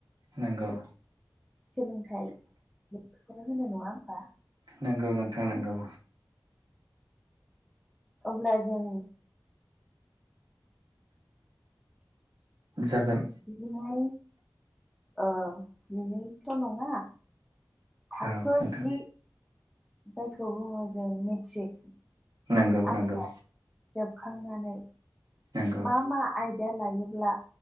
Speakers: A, on the right; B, in the centre.
A: नंगौ
B: सोलोंथाइ बेफोरखौनो होनो नङा होमबा
A: नोंगौ नोंथां नंगौ
B: अब्ला जों
A: जागोन
B: जिनै ओ जिनैथ' नङा थाखो
A: औ नोंथां
B: जि जायखौ बुङो जों मेट्रिक
A: नंगौ
B: आनजाद
A: नंगौ
B: जोबखांनानै
A: नंगौ
B: मा मा आयदा लायोब्ला